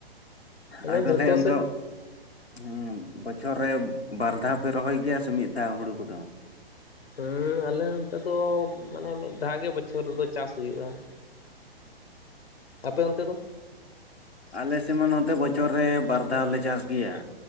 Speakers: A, on the left; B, on the left.
A: ᱢᱟᱱᱮ
B: ᱟ ᱛᱟᱦᱚᱞᱮ
A: ᱡᱷᱚᱛᱚ
B: ᱚᱱᱠᱟ
A: ᱥᱮᱫ
B: ᱦᱮᱸ ᱵᱚᱪᱷᱚᱨ ᱨᱮ ᱵᱟᱨ ᱫᱷᱟᱣ ᱯᱮ ᱨᱚᱦᱚᱭ ᱜᱮᱭᱟ ᱥᱮ ᱢᱤᱫ ᱫᱷᱟᱣ ᱦᱩᱲᱩ ᱠᱚᱫᱚ?
A: ᱦᱮᱸ ᱟᱞᱮ ᱱᱚᱛᱮ ᱫᱚ ᱢᱟᱱᱮ ᱢᱤᱫ ᱫᱷᱟᱣ ᱜᱮ ᱵᱚᱪᱷᱚᱨ ᱨᱮᱫᱚ ᱪᱟᱥ ᱦᱩᱭᱩᱜᱼᱟ ᱾
B: <unintelligible>
A: ᱟᱯᱮ ᱚᱱᱛᱮ ᱫᱚ?
B: ᱟᱞᱮ ᱥᱮᱫ ᱢᱟ ᱱᱚᱛᱮ ᱵᱚᱪᱷᱚᱨ ᱨᱮ ᱵᱟᱨ ᱫᱷᱟᱣ ᱞᱮ ᱪᱟᱥ ᱜᱮᱭᱟ